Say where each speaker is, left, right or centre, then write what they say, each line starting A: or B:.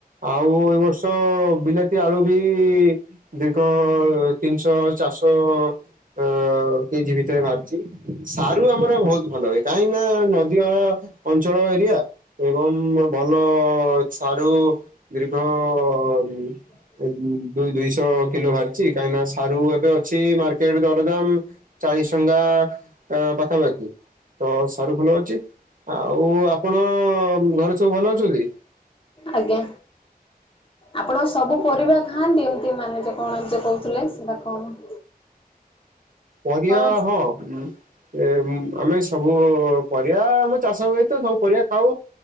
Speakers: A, on the right; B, on the left.
A: ଆଉ ଶ ବିଲାତି ଆଳୁ ବି ଦୀର୍ଘ ତିନିଶହ ଚାରିଶହ ଅ କେଜି ଭିତରେ ବାହାରିଛି ସାରୁ ଆମର ବହୁତ ଭଲ ହୁଏ କାହିଁକି ନା ନଦୀଅ ଅଞ୍ଚଳ ଏରିଆ ଏବଂ ଭଲ ସାରୁ ଦୀର୍ଘ ଅ ଦୁଇ ଦୁଇଶହ କିଲୋ ବାହାରିଛି କାହିଁକିନା ସାରୁ ଏବେ ଅଛି ମାର୍କେଟ ଦରଦାମ ଚାରି ସଂଙ୍ଗା ଆ ପାଖାପାଖି ତ ସାରୁ ଭଲ ଅଛି ଆଉ ଆପଣଙ୍କ ଘରେ ସବୁ ଭଲ ଅଛନ୍ତି?
B: ଆଜ୍ଞା ଆପଣ ସବୁ ପରିବା ଖାଆନ୍ତି ଏମିତି ମାନେ ଯେ କଣ ଯେ କହୁଥିଲେ ସେଇଟା କଣ
A: ପରିବା
B: କଣ
A: ହିଁ ଉ ଏ ଆମେ ସବୁ ପରିବା ଆମ ଚାଷ ହୁଏ ତ ସବୁ ପରିବା ଖାଉ